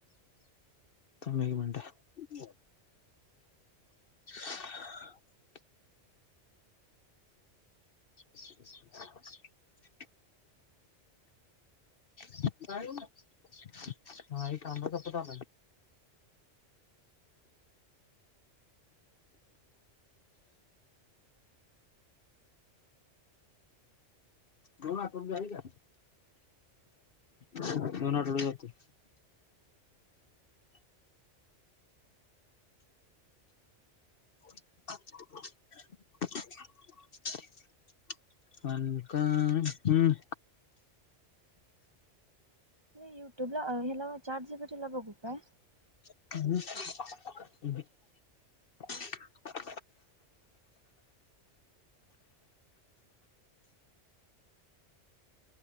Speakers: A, on the left; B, on the right.
A: तम क म्हनट <inaudible> <inaudible> हा एक काां सपत आला दोन आठवड का दोन आठवड जातो <inaudible> अन का हं्
B: अे युट्यूब ला ह्याला म चार जी बटला बघू काय
A: <inaudible>